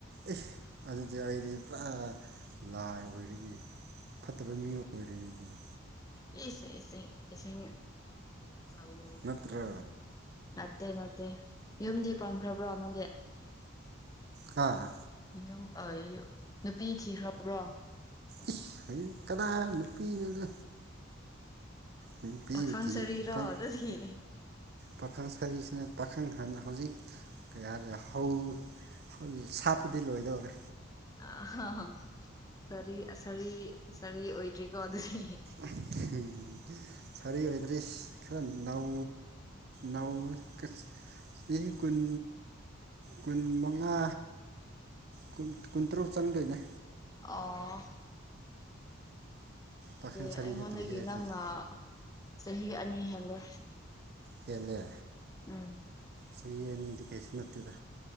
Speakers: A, on the right; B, on the left.
A: ꯑꯦ ꯑꯗꯨꯗꯤ ꯑꯩꯗꯤ ꯄꯨꯔꯥ ꯂꯥꯏ ꯑꯣꯏꯔꯤꯅꯤ ꯐꯠꯇꯕ ꯃꯤ ꯑꯣꯏꯔꯦ ꯑꯗꯨꯗꯤ꯫
B: ꯌꯦꯁꯁꯦꯁ ꯏꯁꯤꯡ ꯑꯣ
A: ꯅꯠꯇ꯭ꯔ
B: ꯅꯠꯇꯦ ꯅꯠꯇꯦ ꯌꯨꯝꯗꯤ ꯄꯥꯟꯈ꯭ꯔꯕ꯭ꯔꯣ ꯅꯪꯗꯤ
A: ꯍꯥꯥ
B: ꯨꯌꯨꯝ ꯑ ꯌꯨꯝ ꯅꯨꯄꯤ ꯊꯤꯈ꯭ꯔꯕ꯭ꯔꯣ
A: ꯏꯁ <unintelligible> ꯀꯗꯥꯏ ꯅꯨꯄꯤꯅꯣꯗ꯫ ꯅꯨꯄꯤ
B: ꯄꯥꯈꯪ
A: ꯊꯤꯄ
B: ꯁꯔꯤꯔꯣ ꯑꯗꯨꯗꯤ
A: ꯄꯥꯈꯪ ꯁꯥꯔꯤꯁꯤꯅ ꯄꯥꯈꯪ ꯍꯥꯟꯅ ꯍꯧꯖꯤꯛ ꯀꯌꯥ ꯂꯩ ꯐꯧ ꯐꯨꯜ ꯁꯥꯠꯄꯗꯤ ꯂꯣꯏꯗꯧꯔꯦ
B: ꯑꯍꯍꯥ ꯑꯔꯤ ꯁꯥꯔꯤ-ꯁꯥꯔꯤ ꯑꯣꯏꯗ꯭ꯔꯤꯀꯣ ꯑꯗꯨꯗꯤ
A: ꯎꯝ ꯍꯝ ꯁꯔꯤ ꯑꯏꯗ꯭ꯔꯤꯁ ꯈꯔ ꯅꯧ ꯅꯧꯔꯤ ꯆꯍꯤ ꯀꯨꯟ ꯀꯨꯟ ꯃꯉꯥ ꯀꯨꯟ ꯀꯨꯟꯇꯔꯨꯛ ꯆꯪꯗꯣꯏꯅꯦ꯫
B: ꯑꯣ
A: ꯄꯥꯈꯪ
B: ꯑ
A: ꯁꯥꯔꯤ
B: ꯑꯩꯉꯣꯟꯗꯒꯤ
A: ꯅꯠꯇ꯭ꯔꯤꯍꯦ ꯑꯗꯨꯗꯤ
B: ꯅꯪꯅ ꯆꯍꯤ ꯑꯅꯤ ꯍꯦꯟꯂꯦ
A: ꯈꯂꯦ
B: ꯎꯝ
A: ꯆꯍꯤ ꯑꯅꯤꯗꯤ ꯀꯩꯁꯨ ꯅꯠꯇꯦꯗ